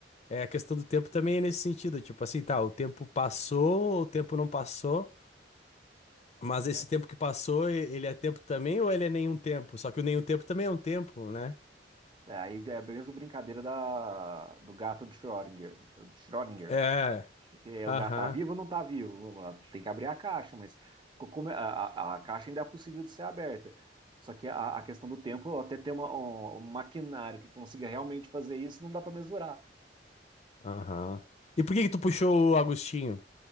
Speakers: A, on the left; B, on the right.
A: é, a questão do tempo também é nesse sentido, tipo assim, tá, o tempo passou, o tempo não passou. Mas esse
B: né?
A: tempo que passou, e- ele é tempo também ou ele é nenhum tempo? Só que o nenhum tempo também é um tempo, né?
B: É, Aí é a mesma brincadeira da, do gato de Schrödinger. Do Schrödinger.
A: É.
B: Que é,
A: Aham.
B: o gato tá vivo ou não está vivo? Tem que abrir a caixa, mas como é- a, a- a caixa ainda é possível de ser aberta. Só que a, a questão do tempo, até ter uma, um, um maquinário que consiga realmente fazer isso, não dá para mesurar.
A: Aham. E por que que tu puxou o Agostinho?